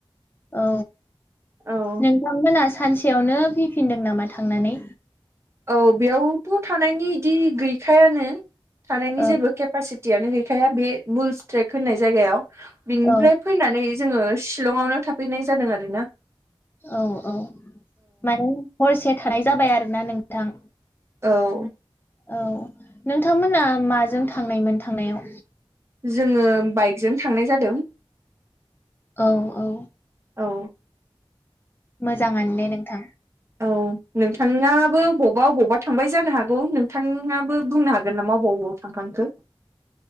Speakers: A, on the left; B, on the right.
A: औ
B: औ
A: नोंथांमोना सानसेयावनो फैफिनदों नामा थांनानै।
B: औ बेयावथ' थानायनि इदि गैखायानो थानायनि
A: औ
B: जेबो खेब केपासिटियानो गैखाया बे बुल स्ट्रेक होननाय जायगायाव बिनिफ्राय
A: औ
B: फैनानै जोङो शिलंआवनो थाफैनाय जादों आरो ना।
A: औ औ माने हरसे थानाय जाबाय आरोोना नोंथां।
B: औ।
A: औ नोंथांमोना माजों थांनायमोन थांनायाव?
B: जोङो बाइकजों थांनाय जादों
A: औ औ
B: औ
A: मोजाङानो दे नोंथां
B: औ नोंथाङाबो बबावबा- बबावबा थांबाय जानो हागौ नोंथाङाबो बुंनो हागोन नामा बबावबाव थांखांखो